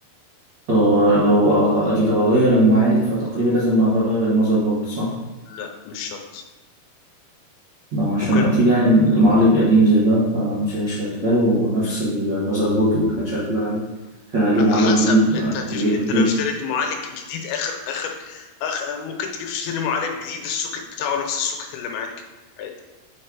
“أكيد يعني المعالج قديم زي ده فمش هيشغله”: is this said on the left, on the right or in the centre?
Right